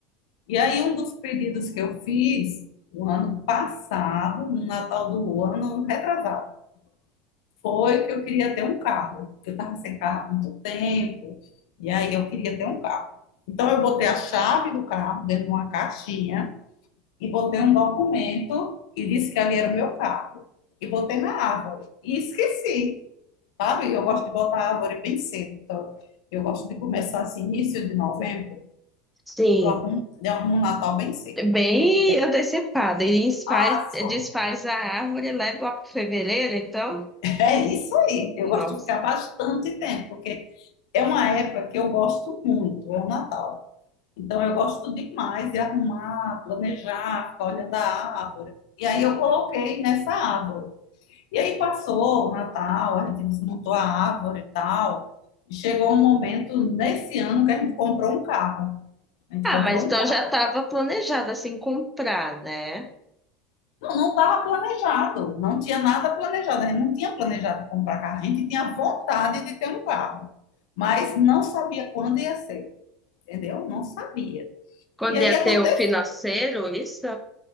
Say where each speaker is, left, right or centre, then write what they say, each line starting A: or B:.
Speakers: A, on the left; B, in the centre.
A: E aí, um dos pedidos que eu fiz no ano passado, no Natal do ano retrasado, foi que eu queria ter um carro, porque eu estava sem carro há muito tempo, e aí eu queria ter um carro. Então, eu botei a chave do carro dentro de uma caixinha e botei um documento e disse que ali era o meu carro. E botei na árvore. E esqueci, sabe? Eu gosto de botar a árvore bem cedo. Então, eu gosto de começar assim, início de novembro,
B: Sim.
A: eu arrumo, eu arrumo o Natal bem cedo.
B: Bem
A: E é
B: antecipada E desfaz,
A: fácil.
B: desfaz
A: <laughs>
B: a árvore, leva lá para fevereiro, então.
A: É isso aí. Eu gosto
B: Nossa.
A: de ficar bastante tempo, porque é uma época que eu gosto muito, é o Natal. Então eu gosto demais de arrumar, planejar, ficar olhando a árvore. E aí eu coloquei nessa árvore. E aí passou o Natal, a gente desmontou a árvore e tal. E Chegou um momento nesse ano que a gente comprou um carro. A gente
B: Ah,
A: comprou
B: mas então
A: um carro.
B: já estava planejado assim comprar, né?
A: Não, não estava planejado, não tinha nada planejado. A gente não tinha planejado comprar carro. A gente tinha vontade de ter um carro, mas não sabia quando ia ser, entendeu? Não sabia.
B: Quando
A: E aí
B: ia
A: aconteceu.
B: ter o financeiro, isso.